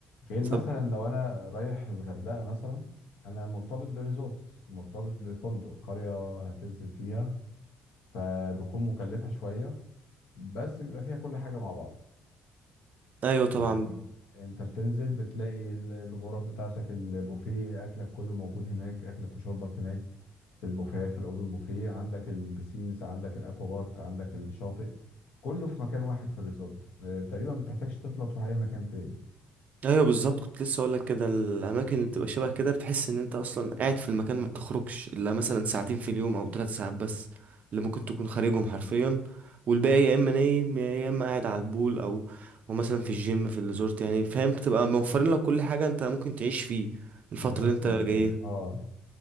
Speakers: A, on the left; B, on the right.
A: غير مثلا
B: طب
A: لو انا رايح الغردقه مثلا انا مرتبط بريزورت مرتبط بفندق قريه هتنزل فيها فبكون مكلفه شويه بس بيبقى فيها كل حاجه مع بعض
B: ايوه طبعا
A: يعني انت بتنزل بتلاقي ال- الغرف بتاعتك البوفيه اكلك كله موجود هناك اكلك وشربك هناك في البوفيهات في الاوبن بوفيه عندك البسينز عندك الاكوا بارك عندك الشاطئ كله في مكان واحد في الريزورت آه، تقريبا ما بتحتاجش تطلع تروح اي مكان تاني
B: ايوه بالظبط كنت لسه اقول لك كده الاماكن اللي بتبقى شبه كده بتحس ان انت اصلا قاعد في المكان ما بتخرجش الا مثلا ساعتين في اليوم او ثلاث ساعات بس اللي ممكن تكون خارجهم حرفيا والباقي يا اما نايم يا اما قاعد على البول او او مثلا في الجيم في الريزورت يعني فاهم بتبقى موفرين لك كل حاجه انت ممكن تعيش فيه الفتره
A: في نفس
B: اللي انت
A: المكان
B: جايها
A: اه